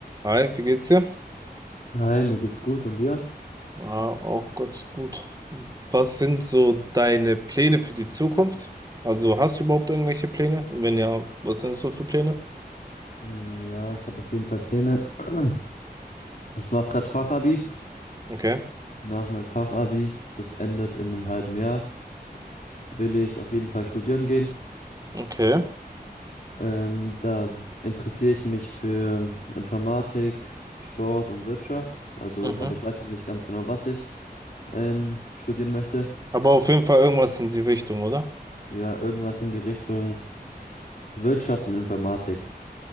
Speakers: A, on the right; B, on the left.
A: Hi, wie geht's dir?
B: Hi, mir geht's gut und dir?
A: Ja, auch ganz gut. Was sind so deine Pläne für die Zukunft? Also hast du überhaupt irgendwelche Pläne? Und wenn ja, was sind das so für Pläne?
B: Hm, Ja, ich habe auf jeden Fall Pläne. <clears throat> Ich mache gerade Fachabi.
A: Okay,
B: Nach meinem Fachabi, das endet in einem halben Jahr, will ich auf jeden Fall studieren gehen.
A: okay,
B: Ähm, da w- interessiere ich mich für Informatik, Sport und Wirtschaft. Also,
A: mhm.
B: aber ich weiß noch nicht ganz genau, was ich ähm, studieren möchte.
A: Aber auf jeden Fall irgendwas in die Richtung, oder?
B: Ja, irgendwas in die Richtung Wirtschaft und Informatik.